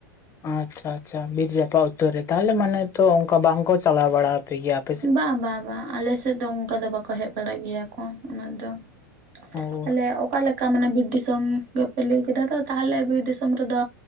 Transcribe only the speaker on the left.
ᱟᱪᱪᱷᱟ ᱟᱪᱪᱷᱟ, ᱵᱤᱨ ᱡᱟᱯᱟᱜ ᱩᱛᱚᱨ ᱨᱮ ᱛᱟᱦᱚᱞᱮ ᱢᱟᱱᱮ ᱛᱚ ᱚᱱᱠᱟ ᱵᱟᱝᱠᱚ ᱪᱟᱞᱟᱣ ᱵᱟᱲᱟᱯᱮ ᱜᱮᱭᱟ ᱾
ᱚ